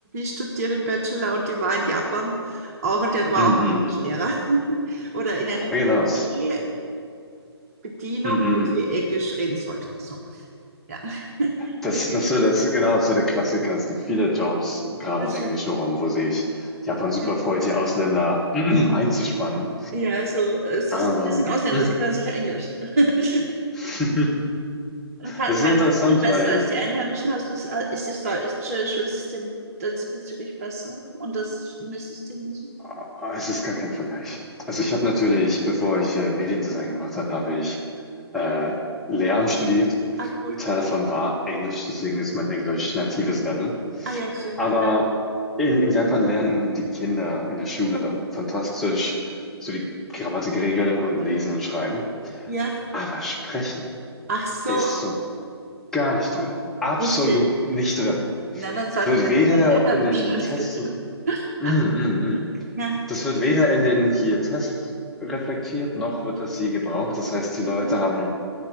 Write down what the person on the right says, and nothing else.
studiert im Bachelor und die war in Japan auch und die hat- war
auch
Englischlehrer.
<laughs> Oder in einem
Café Bedienung,
wo
sie Englisch reden sollte. So, ja. <laughs>
Okay,
sehr
schön.
Ja.
Ja, so, es
ist, sie sind Ausländer,
sie können sicher Englisch. <laughs>
Und Kann,
kannst
du es viel besser
als die Einheimischen? Hast du es, äh, ist das deutsche Schulsystem diesbezüglich besser? Und das Schulsystem und so?
Ah, cool.
Ah, ja, schön.
Ja.
Ja.
Ach so.
Ah,
Okay.
Nein, dann sollten
wir einfach
den Lehrplan
umstellen.
Es gibt.
<laughs>
Ja.
Mhm.